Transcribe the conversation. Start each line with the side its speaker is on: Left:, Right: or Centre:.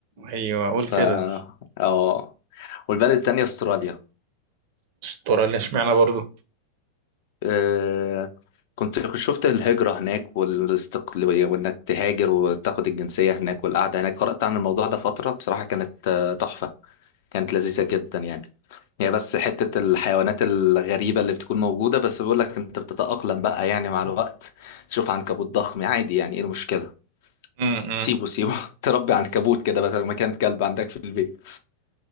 Right: ايوه اقول
Left: ف
Right: كده
Left: اه والبلد التانية استراليا
Right: استراليا اشمعنى برضه
Left: آه، كنت شفت الهجرة هناك والاستقلالية وانك تهاجر وتاخد الجنسية هناك والقعدة هناك قرأت عن الموضوع ده فترة بصراحة كانت آه، تحفة كانت لذيذة جدا يعني هي بس حتة الحيوانات الغريبة اللي بتكون موجودة بس بيقول لك انت بتتأقلم بقى يعني مع الوقت تشوف عنكبوت ضخم عادي يعني ايه المشكلة
Right: امم
Left: سيبه سيبه <laughs> تربي عنكبوت كده بدل ما كان كلب عندك في البيت